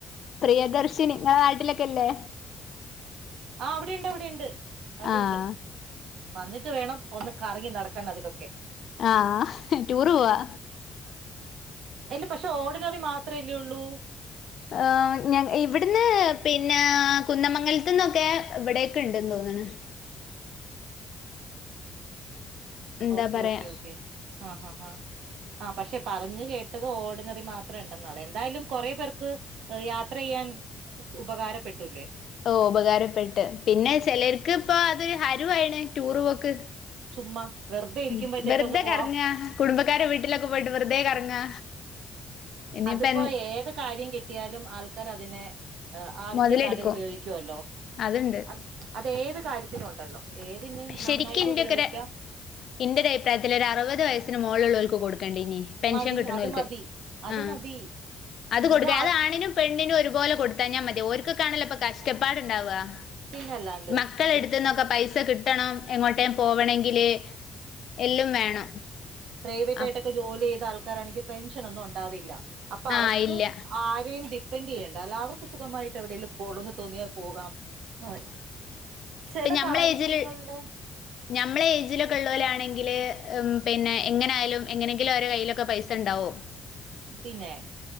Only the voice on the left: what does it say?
പ്രിയദർശിനി നിങ്ങള നാട്ടിലൊക്കെല്ലേ?
ആഹ്
ആഹ് ടൂറ് പോവാ-
ആഹ് ഇവിടുന്ന് പിന്നെ കുന്നമംഗലത്തു നിന്നൊക്കെ ഇവിടെൊക്കെ ഉണ്ട്ന്ന് തോന്നണ്- എന്താ
പറയാ
ഓ ഉപകാരപ്പെട്ട് പിന്നെ ചിലർക്ക് ഇപ്പ അത് ഹരുവായിാണ് ടൂറ് പോക്ക്
ഉം വെറുതെ
കറങ്ങ കുടുംബക്കാരെ വീട്ടിലൊക്കെ പോയിട്ട് വെറുതെ കറങ്ങാ ഇനിയിപ്പ
എ
മുതലെടുക്കും
അതുണ്ട്
ശരിക്കും ഇന്റെയൊക്കെ
ഒരു ഇന്റെ ഒരു അഭിപ്രായത്തില്ൽ അറുപത് വയസ്സിന് മുകളുള്ളവർക്ക് കൊടുക്കണ്ട ഇനി പെൻഷൻ
കിട്ടുന്നവർക്ക്
ആഹ്
അത് കൊടുക്ക
അതാണിനും പെണ്ണിനന് ഒരുപോലെ കൊത്താൻ ഞാൻ മതിഓർക്കെ കാണല്ലോപ്പൊ കഷ്ടപ്പാടു ഉണ്ടാവുക-
മക്കള എടുത്തന്നൊക്കെ
പൈസ കിട്ടണം എങ്ങോട്ടെ പോവണമെങ്കില് എല്ലാം വേണം-
അപ്
ആഹ് ഇല്ല
ഇപ്പ ഞമ്മളെ
ഏജില് ഞമ്മളെ ഏജിലൊക്കെള്ളോലാണെങ്കില് ഉം പിന്നെ എങ്ങനായാലും എങ്ങനെങ്കിലും ഒരെ കയ്യിലൊക്കെ പൈസ ണ്ടാവും